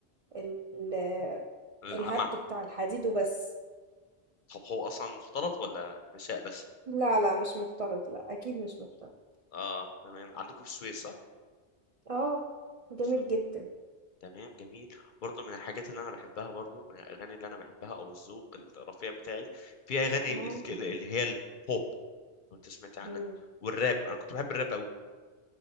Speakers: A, on the right (about 55°); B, on the left (about 55°).
A: ال-
B: العمع
A: الهبد بتاع الحديد وبس
B: طب هو اصلا مختلط ولا نساء بس
A: لا لا مش مختلط لا أكيد مش مختلط
B: اه تمام عندكم في السويس صح
A: اه جامد
B: بسم الله.
A: جدا
B: تمام جميل برضو من الحاجات اللي انا بحبها برضو من الاغاني اللي انا بحبها او الذوق الرفيع بتاعي في اغاني
A: آه،
B: ال- اللي هي البوب لو انت سمعت عنها
A: إمم،
B: والراب انا كنت بحب الراب قوي